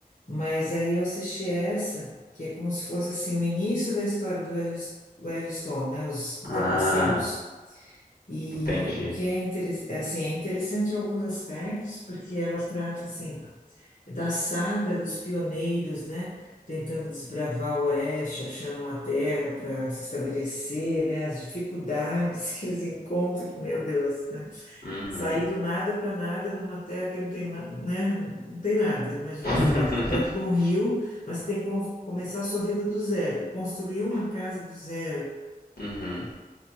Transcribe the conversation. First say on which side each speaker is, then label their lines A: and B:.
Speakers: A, on the left; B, on the left.
A: Mas aí eu assisti essa, que é como se fosse assim o início da história do Yellows- do Yellowstone, né, os
B: Ah,
A: antepassados. E
B: entendi.
A: o que é, interes- é, assim, é interessante em alguns aspectos, porque ela trata assim da saga dos pioneiros, né, tentando desbravar o oeste, achando uma terra para se estabelecer, né, as dificuldades <laughs> que eles encontram, que meu Deus, né?
B: Uhum.
A: Sair do nada para nada numa terra que não tem, na- né? Não tem nada. Imagina,
B: <laughs>
A: você vai ficar perto de um rio, mas você tem que com- começar a sua vida do zero, construir uma casa do zero.
B: Uhum,